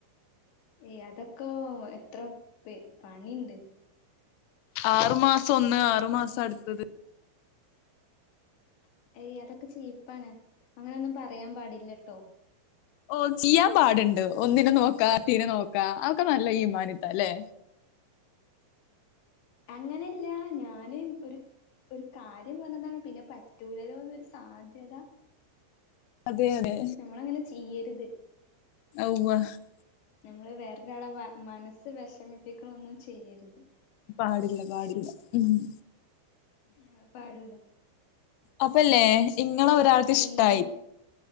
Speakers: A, on the left; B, on the left.
A: ഏയ് അതൊക്കെ എത്ര പെ പണിണ്ട്.
B: ആറ് മാസം ഒന്ന് ആറ് മാസം അട്ത്തത്.
A: ഏയ് അതൊക്കെ ചീപ്പാണ് അങ്ങനെൊന്നും പറയാൻ പാടില്ലട്ടോ.
B: ഓ ചെയ്യാൻ പാട്ണ്ട് ഒന്നിനെ നോക്ക തീനെ നോക്കാ അഒക്കെ നല്ല ഈമാനിത്താ ല്ലെ?
A: അങ്ങനെല്ല ഞാന് ഒരു ഒരു കാര്യം പർഞ്ഞതാണ് പിന്നെ പറ്റൂലലോന്ന് ഒരു സാധ്യത.
B: അതെയതെ.
A: നമ്മളങ്ങനെ ചെയ്യര്ത്.
B: <unintelligible>
A: നമ്മള് വേറൊരാളെ വ മനസ്സ് വെഷമിപ്പിക്ക്ണൊന്നും ചെയ്യര്ത്.
B: പാടില്ല പാടില്ല മ്.
A: ആഹ് പാടൂല
B: അപ്പല്ലേ ഇങ്ങളെ ഒരാൾക്ക്
A: പിന്നെ
B: ഇഷ്ടായി